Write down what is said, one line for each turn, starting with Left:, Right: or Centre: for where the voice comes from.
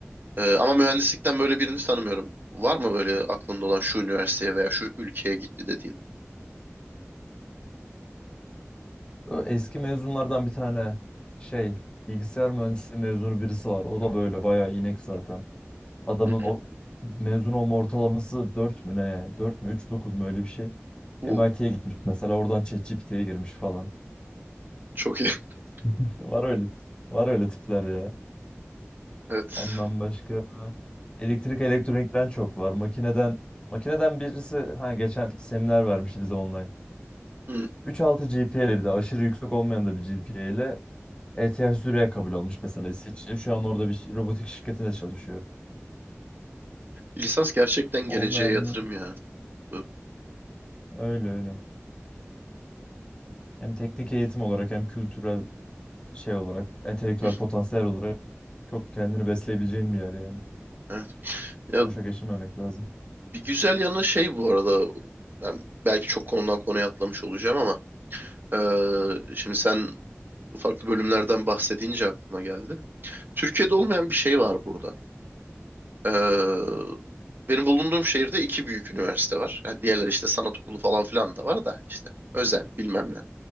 Right: E, ama mühendislikten böyle birini tanımıyorum. Var mı böyle aklında olan şu üniversiteye veya şu ülkeye gitti dediğin?
Left: Ö, Eski mezunlardan bir tane şey bilgisayar mühendisliği mezunu birisi var. O da böyle bayağı inek zaten. Adamın
Right: Hı hı.
Left: o mezun olma ortalaması 4 mü ne? dört mü üç dokuz mu öyle bir şey.
Right: Uh,
Left: MIT'ye gitmiş mesela oradan ChatGPT'ye girmiş falan.
Right: çok iyi. <laughs>
Left: <laughs> Var öyle var öyle tipler ya.
Right: Evet.
Left: Ondan başka elektrik elektronikten çok var. Makineden makineden birisi ha geçen seminer vermişti bize online.
Right: Hı
Left: 3.6 GPA ile bir de aşırı yüksek olmayan da bir GPA ile ETH Zürich'e kabul olmuş mesela İsviçre. Şu an orada bir ş- robotik şirketinde çalışıyor.
Right: Lisans gerçekten geleceğe
Left: Olmayan
Right: yatırım
Left: hmm,
Right: ya. Ö-
Left: öyle öyle. Hem teknik eğitim olarak hem kültürel şey olarak, entelektüel
Right: <laughs>
Left: potansiyel olarak çok kendini besleyebileceğin bir yer yani.
Right: Evet. Ya
Left: Boşa geçirmemek lazım.
Right: bir güzel yanı şey bu arada ben belki çok konudan konuya atlamış olacağım ama eee, şimdi sen farklı bölümlerden bahsedince aklıma geldi. Türkiye'de olmayan bir şey var burada. Eee, benim bulunduğum şehirde iki büyük üniversite var. Ha, diğerleri işte sanat okulu falan filan da var da işte özel bilmem ne